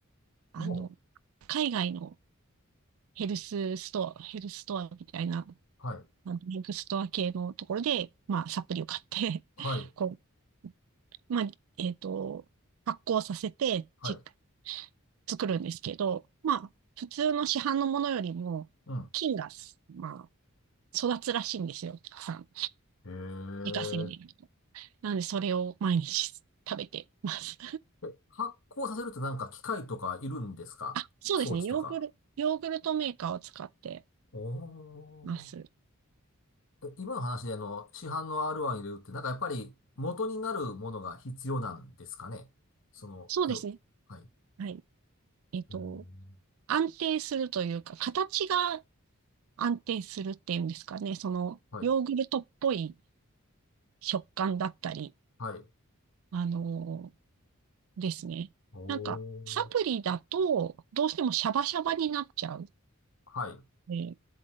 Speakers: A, on the right; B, on the left.
A: あの、
B: おう。
A: 海外のヘルスストア、ヘルスストアみたいな、
B: はい。
A: あのヘルスストア系のところで、まあ、サプリを買って
B: はい。
A: <laughs> こう、まあ、えっと、発酵させて、
B: はい。
A: じ、作るんですけど、まあ、普通の市販のものよりも、
B: うん。
A: 菌が、まあ、育つらしいんですよ、たくさん。
B: へえ。
A: 自家製で。なので、それを毎日食べてます。
B: え、発酵させるとなんか機械とかいるんですか装置とか。
A: <laughs> あ、そうですね。ヨーグル、ヨーグルトメーカーを使って
B: お
A: ます。
B: ー。え、今の話であの、市販の R1 入れるって、なんかやっぱり元になるものが必要なんですかねその、
A: そうですね。
B: よ、はい。う
A: はい。えっと、
B: ーん。
A: 安定するというか、形が安定するっていうんですかね。その、
B: はい。
A: ヨーグルトっぽい食感だったり、
B: はい。
A: あのーですね。
B: おー。
A: なんか、サプリだと、どうしてもシャバシャバになっちゃう。
B: はい。
A: で、